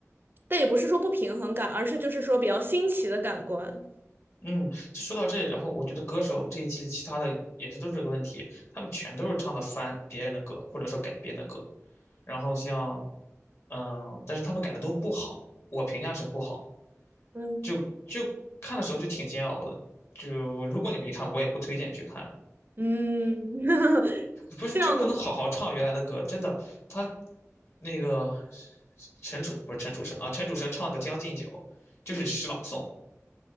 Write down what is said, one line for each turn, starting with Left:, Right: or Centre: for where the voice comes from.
Right: 但也不是说不平衡感，而是就是说比较新奇的感官。
Left: 嗯，就说到这，然后我觉得歌手这一季其他的也是都是这个问题，他们全都是唱的翻别人的歌，或者说改编的歌，然后像嗯，但是他们改的都不好，我评价是不好，
Right: 嗯。
Left: 就就看的时候就挺煎熬的。就如果你没看，我也不推荐去看。
Right: 嗯，<laughs>
Left: 不是就不能好好唱原来的歌？
Right: 这样的吗？
Left: 真的，他那个陈楚不是陈楚生啊，陈楚生唱了个《将进酒》，就是诗朗诵，